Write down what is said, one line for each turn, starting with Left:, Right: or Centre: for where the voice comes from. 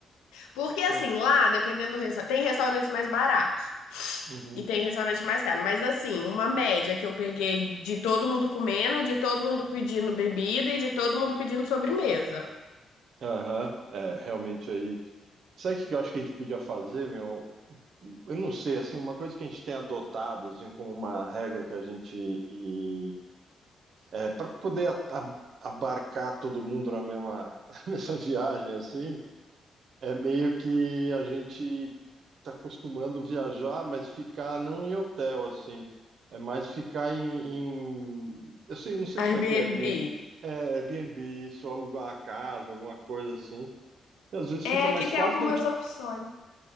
Left: Porque assim,
Right: Oi.
Left: lá, dependendo do restaurante, tem restaurantes mais baratos
Right: Uhum.
Left: e tem restaurante mais caro. Mas assim, uma média que eu peguei de todo mundo comendo, de todo mundo pedindo bebida e de todo mundo pedindo sobremesa.
Right: Aham. É, realmente aí. Sabe o que eu acho que a gente podia fazer, meu? Eu não sei, assim, uma coisa que a gente tem adotado, assim, como uma regra que a gente e, é, para poder a- a- abarcar todo mundo na mesma, <laughs> na mesma viagem, assim, é meio que a gente está acostumando viajar, mas ficar não em hotel, assim, é mais ficar em, em- eu sei, não sei
Left: Airbnb,
Right: se vai ter Airbnb, é, Airbnb, isso, alugar a casa, alguma coisa assim, e às vezes
Left: É,
Right: fica mais
Left: aqui tem
Right: fácil
Left: algumas
Right: a gente,
Left: opções.